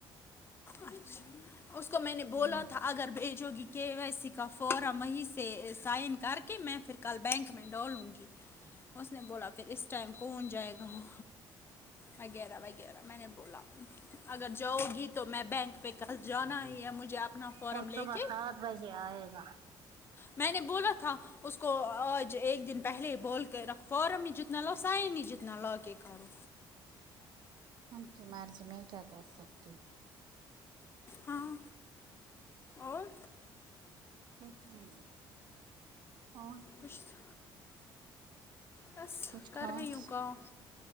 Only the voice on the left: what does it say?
اچھا اس کو میں نے بولا
تھا اگر بھیجو گی کے ویس سی کا فورم وہیں سے سائن کر کے میں پھر کل بینک میں ڈالوں گی اس نے بولا پھر اس ٹائم کون جائے گااں وغیرہ وغیرہ میں نے بولا اگر جاؤ گی تو میں بینک پہ کل جانا ہی ہے مجھے اپنا فارم
لے کے
میں نے بولا تھا اس کو آج ایک دن پہلے ہی بول کے رکھو فارم ہی جتنا لاؤ سائن ہی جتنا لا کے کرو
ہاں اور
کچھ بس
کر
رہی ہو کام